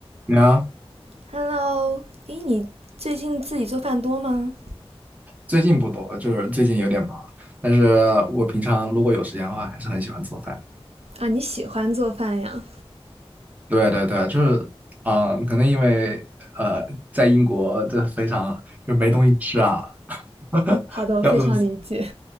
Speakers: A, on the right; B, on the right.
A: 你有
B: Hello，诶，你最近自己做饭多吗？
A: 最近不多，就是最近有点忙。但是我平常如果有时间的话，还是很喜欢做饭。
B: 啊，你喜欢做饭呀？
A: 对对对，就是，嗯、可能因为呃，在英国这非常就没东西吃啊，<laughs>
B: 好的，我非常理解。
A: 要饿死。